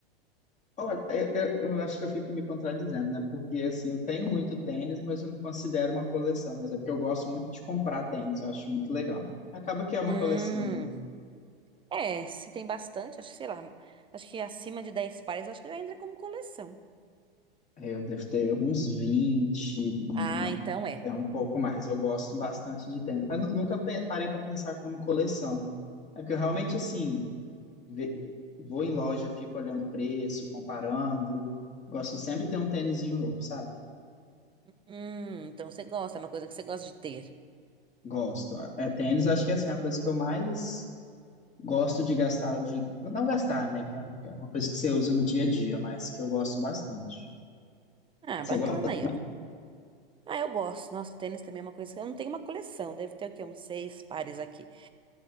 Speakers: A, on the left; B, on the right.
A: Olha, eu, eu- eu acho que eu fico me contradizendo, né? Porque, assim, eu tenho muito tênis, mas eu não considero uma coleção. Mas é porque eu gosto muito de comprar tênis, eu acho muito legal. Acaba que é uma
B: Hum,
A: coleção, né?
B: é, se tem bastante, acho que, sei lá, acho que acima de 10 pares, acho que já entra como coleção.
A: Eu devo ter uns 20, um-
B: Ah, então é.
A: até um pouco mais. Eu gosto bastante de tênis. Mas nu- nunca pe- parei para pensar como coleção. É porque eu realmente, assim, ve- vou em loja, fico olhando preço, comparando. Gosto de sempre ter um tênisinho novo, sabe?
B: Hum, então você gosta, é uma coisa que você gosta de ter.
A: Gosto. É, tênis, acho que, assim, é a coisa que eu mais Gosto de gastar o dinheiro. Não gastar, né? Que é que é uma coisa que você usa no dia a dia, mas que eu gosto bastante.
B: Ah,
A: Você
B: bacana
A: gosta?
B: aí, ó. Ah, eu gosto. Nossa, tênis também é uma coisa que eu não tenho uma coleção, deve ter o quê? Uns seis pares aqui.